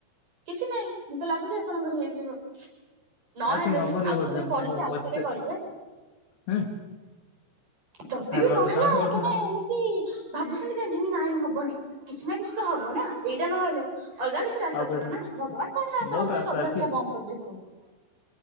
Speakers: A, on the right (about 50°); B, on the left (about 60°).
A: କିଛି ନାଇଁ ମତେ ଲାଗୁଛି ଆପଣଙ୍କର ହେଇଯିବ। ନହେଲେ
B: ଆଇ ଥିଙ୍କ୍ ହବନି
A: ବି, ଆଉଥରେ
B: ବୋଧେ
A: ପଢିକି
B: ମୁଁ
A: ଆଉଥରେ
B: ଏତେ
A: କରିବେ।
B: ହୁଁ।
A: ଯଦି
B: ହାରିବାର
A: ବି ନହେଲା,
B: ତ ଚାନ୍ସ କାଉଠୁ
A: ଆପଣେ
B: ନାହିଁ
A: ଏନେ ଇ ଭାବୁସନ୍ତି କାହିଁକି, ନାଇଁ ହବନି। କିଛି ନା କିଛି ତ ହବ ନା, ଏଇଟା ନହେଲେ, ଅଲଗା କିଛି ରାସ୍ତା
B: ଆଉ କାଇଠା
A: ଥିବ ନା। ଭଗବାନ କାଇଁ ନା, ଆପଣଙ୍କ
B: ବହୁତ
A: ପାଇଁ ସବୁ
B: ଅଛି
A: ରାସ୍ତା ବନ୍ଦ କରିଦେଇସନ୍ତି।